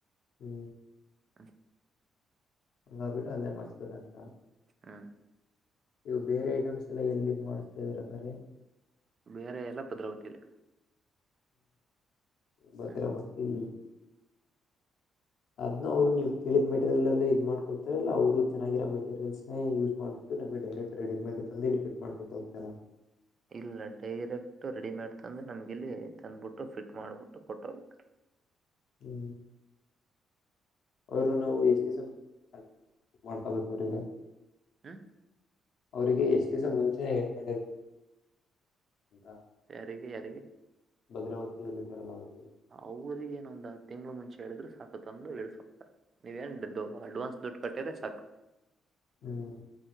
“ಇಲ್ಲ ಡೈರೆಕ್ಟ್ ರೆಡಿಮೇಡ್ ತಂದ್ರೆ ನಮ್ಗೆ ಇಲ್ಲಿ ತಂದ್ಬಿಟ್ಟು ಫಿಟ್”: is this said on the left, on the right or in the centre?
Right